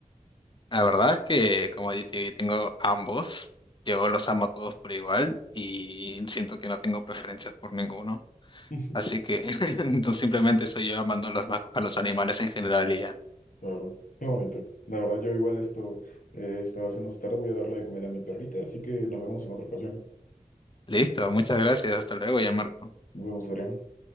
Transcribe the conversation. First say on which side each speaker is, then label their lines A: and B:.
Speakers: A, on the left (about 35°); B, on the left (about 90°).
A: La verdad es que como yo te- tengo ambos, yo los amo a todos por igual y siento que no tengo preferencias por ninguno.
B: <laughs>
A: Así que <laughs> entonces simplemente soy yo amando a los, ma- a los animales en general y ya.
B: Claro, qué bonito. La verdad, yo igual esto eh, estaba haciendo esta tarde, voy a darle de comida a mi perrita, así que nos vemos en otra ocasión.
A: Listo, muchas gracias. Hasta luego, ya Marco.
B: Nos vemos, Adrián.